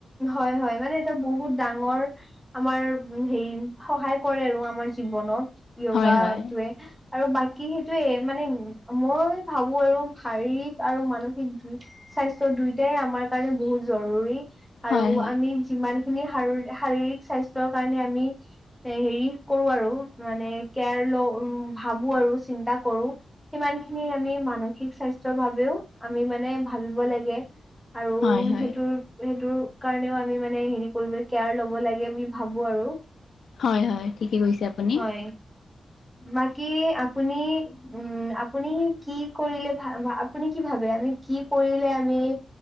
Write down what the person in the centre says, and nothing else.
হয়ঁ হয়ঁ মানে এটা বহুত ডাঙৰ। আমাৰ হেৰি সহায় কৰে আৰু আমাৰ জীৱনত য়োগাটোৱে।
আৰু বাকী সেইটোয়ে মানে মই ভাবো আৰু শাৰীৰিক আৰু মানসিক দি- স্বাস্থ্য দুয়োটাই আমাৰ কাৰণে বহুত জৰুৰী আৰু
আমি- যিমান খিনি শাৰী শাৰীৰিক স্বাস্থ্যৰ কাৰণে আমি এ হেৰি কৰো আৰু মানে কেয়াৰ লো ভাবো আৰু চিন্তা কৰো। সিমান খিনি আমি মানসিক স্বাস্থ্যৰ বাবেও আমি মানে ভাবিব লাগে। আৰু
সেইটোৰ সেইটো। কাৰণেও আমি মানে হেৰি কৰিব কেয়াৰ লব লাগে বুলি ভাবো আৰু।
হয়ঁ বাকী আপুনি? উমঁ আপুনি কি কৰিলে ভা ভা আপুনি কি ভাবে আমি কি কৰিলে আমি-